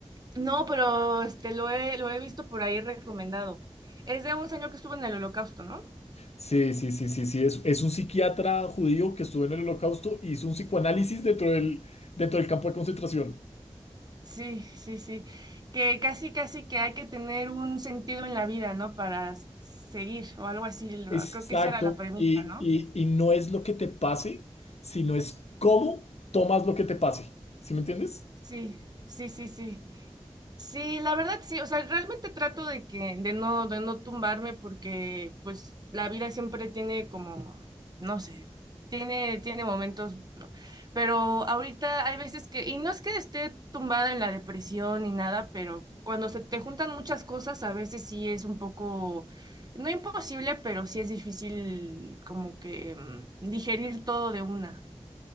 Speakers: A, on the right (about 35°); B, on the left (about 70°).
A: No, pero este, lo he, lo he visto por ahí recomendado. Es de un señor que estuvo en el holocausto, ¿no?
B: Sí, sí, sí, sí, sí. Es, es un psiquiatra judío que estuvo en el Holocausto y hizo un psicoanálisis dentro del, dentro del campo de concentración.
A: Sí, sí, sí. Que casi, casi que hay que tener un sentido en la vida, ¿no? Para s- seguir o algo así. lo-
B: Exacto.
A: Creo que esa era la premisa,
B: Y,
A: ¿no?
B: y, y no es lo que te pase, sino es cómo tomas lo que te pase. ¿Sí me entiendes?
A: Sí, sí, sí, sí. Sí, la verdad sí, o sea, realmente trato de que, de no, de no tumbarme porque pues la vida siempre tiene como, no sé, tiene, tiene momentos, ¿no? Pero ahorita hay veces que, y no es que esté tumbada en la depresión ni nada, pero cuando se te juntan muchas cosas, a veces sí es un poco, no imposible, pero sí es difícil como que mm, digerir todo de una.